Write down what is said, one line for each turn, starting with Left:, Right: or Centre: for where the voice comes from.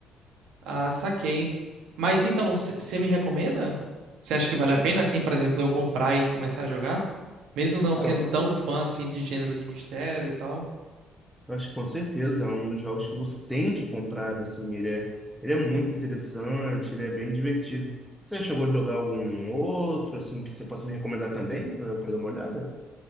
Right: Ah, saquei. Mas então, c- você me recomenda? Você acha que vale a pena, assim, por exemplo, eu comprar e começar a jogar? Mesmo não
Centre: Cara,
Right: sendo tão fã, assim, de gênero de mistério e tal.
Centre: eu acho que com certeza é um dos jogos que você tem que comprar, assim, ele é, ele é muito interessante, ele é bem divertido. Você chegou a jogar algum outro, assim, que você possa me recomendar também, pra eu pra eu dar uma olhada?